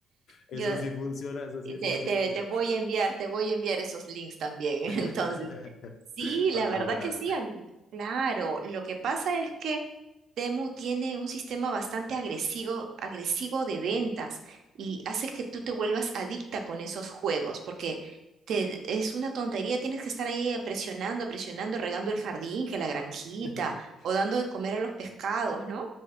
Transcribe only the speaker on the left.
Eso
sí funciona, eso sí
es
en
serio, mira,
<laughs>
para
jugar.
<laughs>